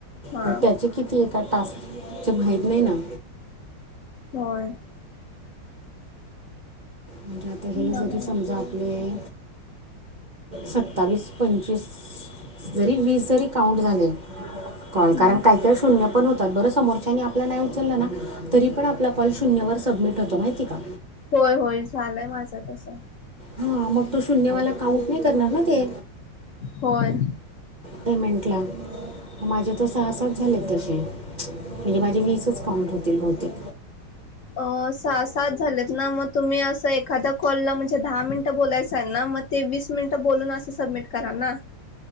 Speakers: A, on the left; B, on the right.
A: हा
B: पण त्याचे किती एका टास्कचे माहीत नाही ना
A: होय
B: म्हणजे आता
A: बघायला
B: हे जरी समजा
A: पाहिजे
B: आपले सत्तावीस पंचवीस जरी वीस जरी काउंट झाले कॉल कारण
A: हम्म
B: काही काही शून्य पण होतात बरं समोरच्यानी आपला नाही उचलला ना तरी पण आपला कॉल शून्यवर सबमिट होतो माहिती का?
A: होय होय झालंय माझं तसं
B: हा मग तो शून्यवाला काउन्ट नाही करणार ना ते
A: होय
B: पेमेंटला माझे तर सहा सात झालेत तसे म्हणजे माझे वीसच काउंट होतील बहुतेक
A: अ सहा सात झालेत ना मग तुम्ही असं एखादा कॉलला म्हणजे दहा मिनिटं बोलायचं असलं ना मग ते वीस मिनिटं बोलून असं सबमिट करा ना